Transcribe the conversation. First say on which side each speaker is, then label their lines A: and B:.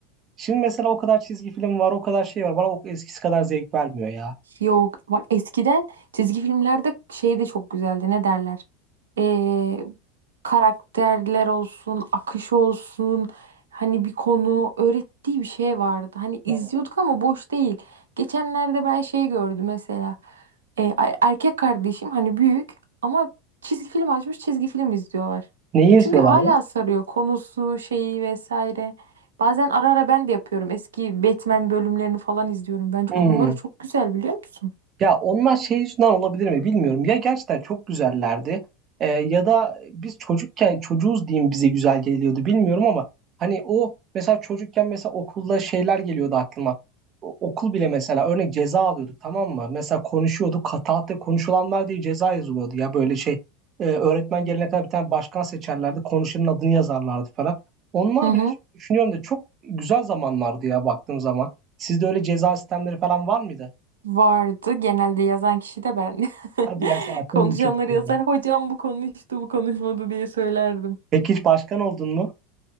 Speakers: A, on the right; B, on the right.
A: Şimdi mesela o kadar çizgi film var o kadar şey var. Bana o eskisi kadar zevk vermiyor ya.
B: Yok bak eskiden çizgi filmlerde şey de çok güzeldi ne derler Ee, karakterler olsun akış olsun hani bir konu öğrettiği bir şey vardı hani izliyorduk
A: Hmm.
B: ama boş değil geçenlerde ben şey gördüm mesela Ee, a- erkek kardeşim hani büyük ama çizgi film açmış çizgi film izliyorlar
A: Neyi izliyorlardı?
B: çünkü hala sarıyor konusu şeyi vesaire Bazen ara ara ben de yapıyorum. Eski Batman bölümlerini falan izliyorum. Bence
A: Hmm.
B: konuları çok güzel biliyor musun?
A: Ya onlar şey yüzünden olabilir mi bilmiyorum. Ya gerçekten çok güzellerdi e, ya da biz çocukken çocuğuz diyeyim bize güzel geliyordu bilmiyorum ama hani o mesela çocukken mesela okulda şeyler geliyordu aklıma. O- okul bile mesela örnek ceza alıyorduk tamam mı? Mesela konuşuyorduk kataate konuşulanlar diye ceza yazılıyordu ya böyle şey e, öğretmen gelene kadar bir tane başkan seçerlerdi konuşanın adını yazarlardı falan. Onlar
B: Hı hı.
A: bile düşünüyorum da çok güzel zamanlardı ya baktığım zaman. Sizde öyle ceza sistemleri falan var mıydı?
B: Vardı. Genelde yazan kişi de ben. <laughs>
A: Hadi ya sen akıllı
B: Konuşanları
A: bir çocuk o
B: yazar.
A: zaman.
B: Hocam bu konuştu, bu konuşmadı diye söylerdim.
A: Peki hiç başkan oldun mu?